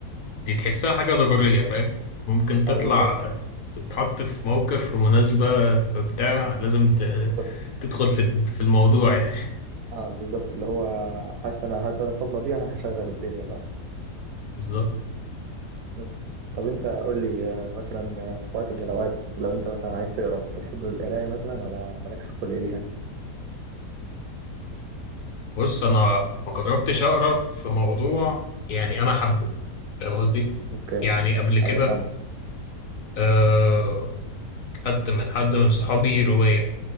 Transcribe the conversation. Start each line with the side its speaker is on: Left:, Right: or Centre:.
Left: دي تحسها حاجة ضرورية فاهم ممكن تطلع
Right: اه بالظبط
Left: تتحط في موقف في مناسبة في بتاع لازم ت...
Right: بالظبط
Left: تدخل في في الموضوع يعني
Right: اه بالظبط اللي هو هات انا هات انا الطبلة دي انا هشغل الدنيا بقى
Left: <laughs> بالظبط
Right: بس طب انت قول لي آه، مثلا آه، في وقت من الاوقات لو انت مثلا عايز تقرا بتحب القراية مثلا ولا مالكش خلق ليها
Left: بص أنا ما جربتش أقرأ في موضوع يعني أنا حابه فاهم قصدي
Right: اوكي
Left: يعني قبل كده
Right: ايوه فاهمك
Left: آه، خدت من حد من صحابي رواية